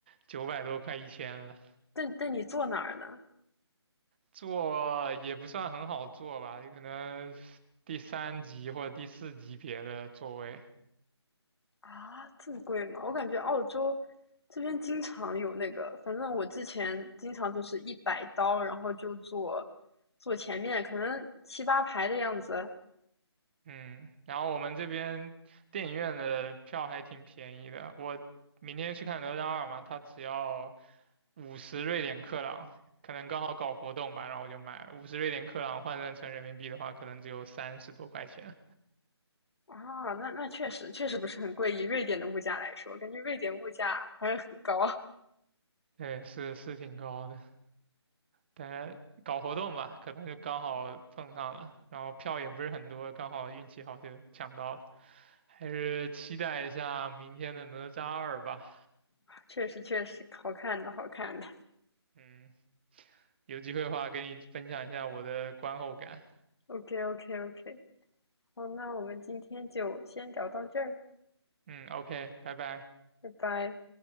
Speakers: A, on the right; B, on the left.
A: 九百多，快一千了。
B: 但但你坐哪儿呢？
A: 做也不算很好做吧，有可能第三级或者第四级别的座位。
B: 啊，这么贵吗？我感觉澳洲这边经常有那个，反正我之前经常就是一百刀，然后就坐坐前面，可能七八排的样子，
A: 嗯，然后我们这边电影院的票还挺便宜的，我明天去看《哪吒二》嘛，它只要五十瑞典克朗，可能刚好搞活动吧，然后我就买了五十瑞典克朗，换算成人民币的话，可能只有三十多块钱。
B: 啊，那那确实确实不是很贵，以瑞典的物价来说，感觉瑞典物价好像很高。
A: 对，是是挺高的。大家搞活动吧，可能就刚好碰上了，然后票也不是很多，刚好运气好就抢到了，还是期待一下明天的哪吒二吧。
B: <laughs> 确实确实，好看的好看的。
A: 嗯，有机会的话给你分享一下我的观后感。
B: OK OK OK，好，那我们今天就先聊到这儿，
A: 嗯，OK，拜拜。
B: 拜拜。